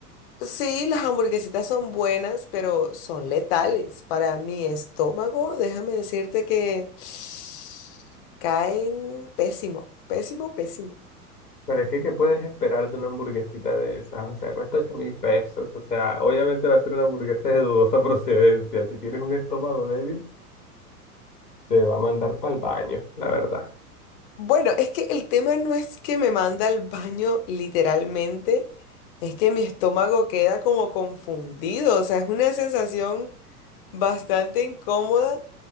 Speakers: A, on the left; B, on the left.
A: sí, las hamburguesitas son buenas, pero son letales para mi estómago. Déjame decirte que <sighs> caen pésimo, pésimo, pésimo.
B: Pero es que, ¿qué puedes esperar de una hamburguesita de esas? O sea, cuesta ocho mil pesos. O sea, obviamente va a ser una hamburguesa de dudosa <laughs> procedencia. Si tienes un estómago débil, te va a mandar para el baño, la verdad.
A: Bueno, es que el tema no es que me manda al baño literalmente, es que mi estómago queda como confundido, o sea, es una sensación bastante incómoda,